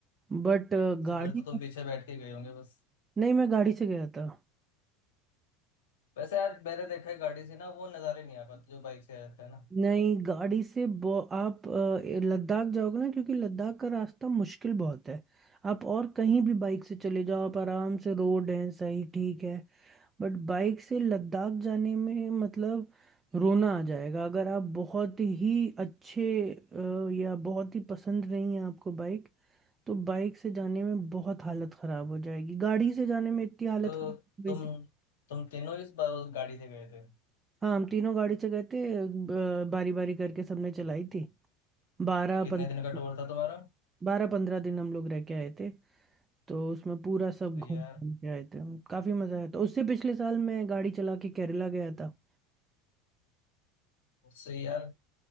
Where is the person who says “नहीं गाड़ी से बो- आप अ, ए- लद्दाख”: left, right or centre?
Right